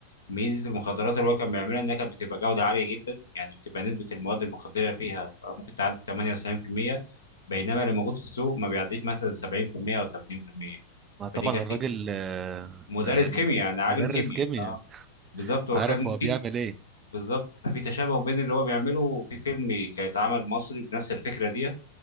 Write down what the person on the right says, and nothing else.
ما طبعا
الراجل آه،
ده يعني
مدرس
كيمياء
عارف
هو
بيعمل ايه